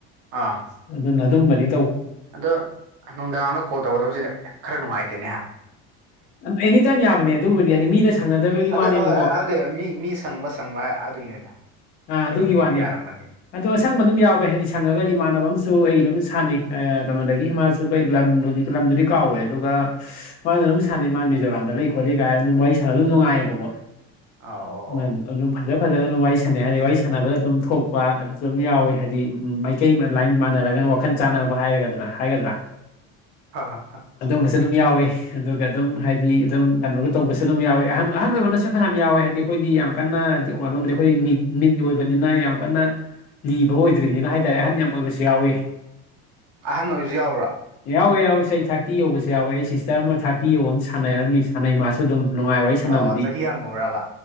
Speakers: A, on the right; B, on the left.
A: ꯑꯥ
B: ꯑꯗꯨꯗ ꯑꯗꯨ ꯑꯗꯨꯝ ꯃꯔꯤ
A: ꯑꯗꯣ ꯅꯨꯡꯗꯥꯡꯗ ꯀꯣꯜ ꯇꯧꯒꯗꯧꯕꯁꯤꯗ ꯈꯔ ꯅꯨꯡꯉꯥꯏ ꯇꯦꯅꯦꯍꯥ
B: ꯑꯦꯅꯤꯇꯥꯏꯝ ꯌꯥꯕꯅꯦ ꯑꯗꯨꯕꯨꯗꯤ ꯍꯥꯏꯗꯤ ꯃꯤꯅ ꯁꯪꯅꯗꯕꯒꯤ
A: ꯑꯗꯣ
B: ꯋꯥꯅꯦꯕꯀꯣ
A: ꯍꯥꯏꯕꯗꯤ ꯃꯤ ꯃꯤ ꯁꯪꯕ ꯁꯪꯕ ꯑꯗꯨꯒꯤꯅꯦꯗ
B: ꯑꯥ
A: ꯀꯩꯅꯣꯒꯤꯗꯨꯗꯤ
B: ꯑꯗꯨꯒꯤ ꯋꯥꯅꯦ
A: ꯌꯥꯔꯝꯃꯅꯤ
B: ꯑꯗꯣ ꯑꯁꯪꯕ ꯑꯗꯨꯝ ꯌꯥꯎꯕꯩ ꯍꯥꯏꯗꯤ ꯁꯪꯉꯒꯗꯤ ꯏꯃꯥꯟꯅꯕ ꯑꯃꯁꯨ ꯑꯩ ꯑꯗꯨꯝ ꯁꯥꯟꯅꯩ ꯀꯅꯣꯗꯒꯤ ꯍꯤꯃꯥꯁꯨ ꯈꯣꯏ ꯂꯝꯕꯨꯗꯤ ꯂꯝꯗꯨꯗꯤ ꯀꯥꯎꯔꯦ ꯑꯗꯨꯒ ꯃꯥꯁꯨ ꯑꯗꯨꯝ ꯁꯥꯟꯅꯩ ꯃꯥ ꯃꯤꯖꯣꯔꯥꯝꯗ ꯂꯩ ꯈꯣꯠꯂꯦ ꯀꯥꯏꯅ ꯑꯗꯨꯝ ꯋꯥꯔꯤ ꯁꯥꯟꯅꯕ ꯑꯗꯨ ꯅꯨꯡꯉꯥꯏꯌꯦꯕꯀꯣ
A: ꯑ ꯑꯣ
B: <unintelligible> ꯑꯗꯨꯝ ꯐꯖ ꯐꯖꯅ ꯑꯗꯨꯝ ꯋꯥꯔꯤ ꯁꯥꯟꯅꯩ ꯍꯥꯏꯗꯤ ꯋꯥꯔꯤ ꯁꯥꯟꯅꯕꯗ ꯑꯗꯨꯝ ꯊꯣꯛꯄ ꯑꯗꯨꯁꯨ ꯑꯗꯨꯝ ꯌꯥꯎꯏꯤ ꯍꯥꯏꯗꯤ ꯎ ꯃꯥꯀꯩ ꯃ ꯂꯥꯏꯟ ꯃꯥꯟꯅꯔꯒꯅ ꯋꯥꯈꯜ ꯆꯥꯟꯅꯕ ꯍꯥꯏꯒꯗ꯭ꯔꯥ ꯍꯥꯏꯒꯗ꯭ꯔꯥ
A: ꯑꯣ
B: ꯑꯗꯨꯝꯕꯁꯨ ꯑꯗꯨꯝ ꯌꯥꯎꯋꯤ ꯁꯦꯟꯗ ꯑ ꯑꯗꯨꯝ ꯍꯥꯏꯗꯤ ꯑꯗꯨꯝ ꯀꯩꯅꯣꯒ ꯇꯧꯕꯁꯨ ꯑꯗꯨꯝ ꯌꯥꯎꯋꯦꯍ ꯑꯍꯟ ꯑꯣꯏꯕꯅꯁꯨ ꯐꯅꯌꯥꯝ ꯌꯥꯎꯋꯦ ꯍꯥꯏꯗꯤ ꯑꯩꯈꯣꯏꯗꯤ ꯌꯥꯝ ꯀꯟꯅ ꯍꯥꯏꯗꯤ ꯑꯣ ꯑꯣꯏꯕꯗꯤ ꯑꯩꯈꯣꯏ ꯃꯤꯠ ꯃꯤꯠ ꯑꯣꯏꯕꯅꯤꯅ ꯌꯥꯝ ꯀꯟꯅ ꯂꯤꯕ ꯑꯣꯏꯗ꯭ꯔꯤꯅꯤꯅ ꯍꯥꯏꯇꯥꯔꯦ ꯑꯍꯟ ꯌꯥꯝ ꯑꯣꯏꯕꯁꯨ ꯌꯥꯎꯋ
A: ꯑꯍꯟ ꯑꯣꯏꯁꯨ ꯌꯥꯕ꯭ꯔꯥ
B: ꯌꯥꯎꯋꯦ ꯌꯥꯎꯋꯦ ꯆꯍꯤ ꯊꯔꯇꯤ ꯌꯧꯕꯁꯨ ꯌꯥꯎꯋꯦ ꯑꯩ ꯁꯤꯁꯇꯔ ꯑꯃ ꯊꯥꯔ ꯇꯤ ꯌꯧꯝ ꯁꯥꯟꯅꯔꯝꯃꯤ ꯁꯥꯟꯅꯩ ꯃꯥꯁꯨ ꯑꯗꯨꯝ ꯅꯨꯡꯉꯥꯏ ꯋꯥꯔꯤ ꯁꯥꯟꯅꯕꯗꯤ
A: ꯑ ꯆꯍꯤ ꯍꯪꯉꯨꯔꯕ